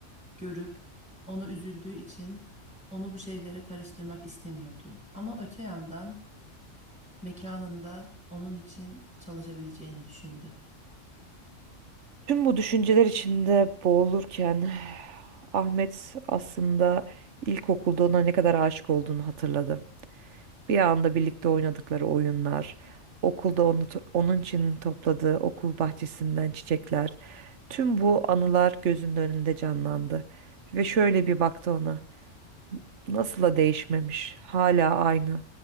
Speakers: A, in the centre; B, on the right (about 65°).
A: görüp onu üzüldüğü için onu bu şeylere karıştırmak istemiyordu. Ama öte yandan mekanında onun için çalışabileceğini düşündü.
B: Tüm bu düşünceler içinde boğulurken <sighs> Ahmet aslında ilkokulda ona ne kadar aşık olduğunu hatırladı. Bir anda birlikte oynadıkları oyunlar, okulda onu, onun için topladığı okul bahçesinden çiçekler, tüm bu anılar gözünün önünde canlandı. Ve şöyle bir baktı ona. Nasıl da değişmemiş, hala aynı.